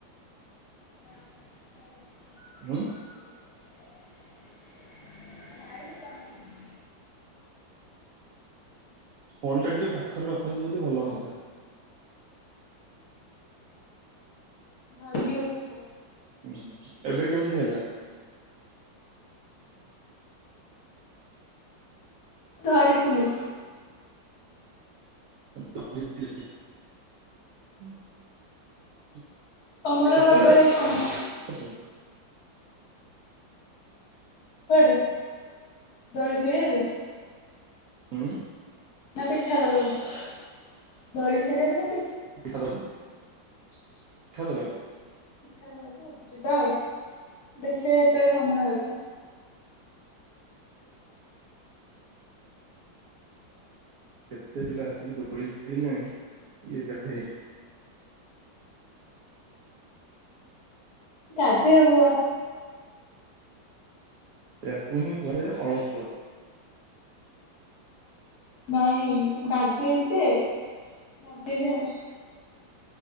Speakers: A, on the left; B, on the right.
A: <inaudible>
B: ହୁଁ
A: <inaudible>
B: ଫୋନ୍ ଟା ଟିକେ ପାଖରେ ରଖନ୍ତୁ ଯଦି ଭଲ ହନ୍ତା
A: ଧରିକି ବସିଚି
B: ହୁଁ ଏବେ କେମିତି ହେଲା।
A: ଧରିଥିଲି।
B: <inaudible>
A: ତମର
B: କେତେବେଳେ
A: ରଜ ଇଏ କଣ?
B: ଆସିବୁ?
A: କୁଆଡ଼େ ଦୁଳି ଖେଳିିବାକୁୁ
B: ହୁଁ
A: ନା ପିଠା ଦବାକୁ ଦଳି ଖେଳିବାକୁ ନା
B: ପିଠା ଦ ପିଠା ଦେବା କୁ
A: ମିଠା ଦେବାକୁ ଆ ଯିବା ଆଉ ଦେଖିବା ଏତେବେଳେ ସମୟ ହେଉଛି।
B: କେତେ ପିଲା ଆସିକି ଦୋଳି ଖେଳିଲାଣି ଇଏ ଗଧେଇନି
A: ଗାଧେଇବୁ ବା
B: ୟାକୁ ହିଁ କହେ ଅଳସୁଆ।
A: ନାଇଁ ଗାଧେଇବି ଯେ ଗାଧେଇବି ଆଉ।